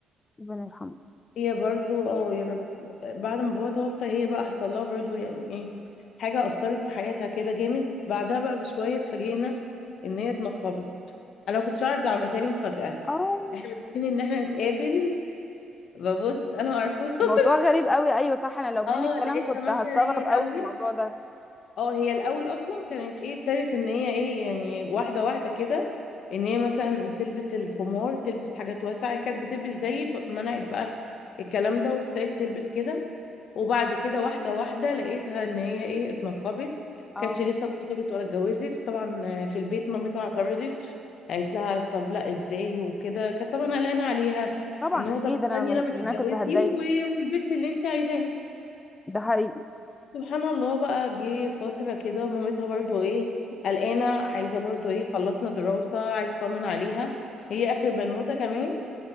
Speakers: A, on the left; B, on the left.
A: ربنا يرحمه
B: هي برضو اه يا رب بعد ما باباها توفى هي بقى حصل لها برضو يعني ايه حاجة أثرت في حياتها كده جامد بعدها بقى بشوية اتفاجئنا إن هي اتنقبت أنا ما كنتش أعرف ده عملتها لي مفاجأة
A: اه
B: احنا متفقين إن احنا نتقابل ببص أنا ما أعرفهاش <laughs>
A: موضوع غريب قوي ايوه صح انا لو منك
B: اه
A: فعلا
B: لقيتها
A: كنت
B: مثلا
A: هستغرب
B: هي الأول
A: قوي الموضوع ده
B: اه هي الاول اصلا كانت ايه ابتدت ان هي ايه يعني واحده واحده كده ان هي مثلا تلبس الخمار تلبس حاجات واسعه هي كانت بتلبس زي ب- منعت بقى الكلام ده وابتدت تلبس كده وبعد كده واحده واحده لقيتها ان هي ايه اتنقبت
A: اه
B: كانتش لسه اتخطبت ولا اتجوزت طبعا آه، في البيت مامتها اعترضت قالت لها طب لا ازاي وكده كانت طبعا قلقانه عليها
A: طبعا
B: ان هو
A: اكيد
B: طب
A: انا
B: استني
A: ما
B: لما تتجوزي
A: انا كنت هتضايق
B: و- والبسي اللي انت عايزاه
A: ده حقيقي
B: سبحان الله بقى جه فترة كده مامتها برضو ايه قلقانة عايزة برضو ايه خلصنا دراسة عايزة تطمن عليها هي آخر بنوتة كمان